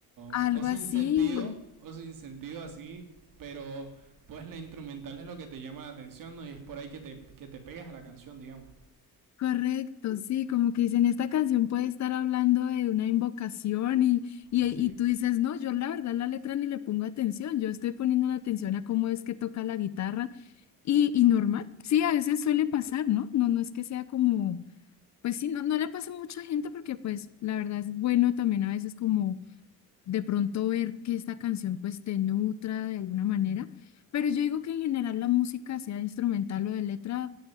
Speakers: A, on the left; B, on the right.
A: algo
B: o, o sin
A: así.
B: sentido, o sin sentido así, pero pues la instrumental es lo que te llama la atención ¿no? y es por ahí que te, que te pegas a la canción, digamos.
A: Correcto, sí, como que dicen, esta canción puede estar hablando de una invocación y, y,
B: Sí,
A: y tú dices, no, yo la verdad la letra ni le pongo atención, yo estoy poniendo la atención a cómo es que toca la guitarra y, y normal, sí, a veces suele pasar, ¿no? No, no es que sea como, pues sí, no, no le pasa a mucha gente porque pues la verdad es bueno también a veces como de pronto ver que esta canción pues te nutra de alguna manera, pero yo digo que en general la música, sea instrumental o de letra,